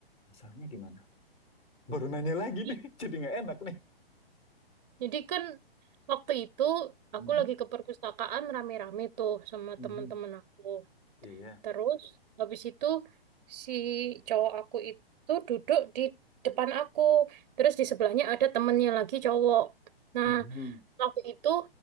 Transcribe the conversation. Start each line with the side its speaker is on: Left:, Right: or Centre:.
Left: masalahnya gimana? Baru nanya lagi
Right: I-
Left: nih, <laughs> jadi nggak enak nih.
Right: Jadi kan waktu itu aku
Left: Mhm.
Right: lagi ke perpustakaan rame-rame tuh sama
Left: Mhm.
Right: teman-teman aku.
Left: Iya.
Right: Terus habis itu si cowok aku itu duduk di depan aku. Terus di sebelahnya ada temennya lagi cowok. Nah,
Left: Mhm.
Right: waktu itu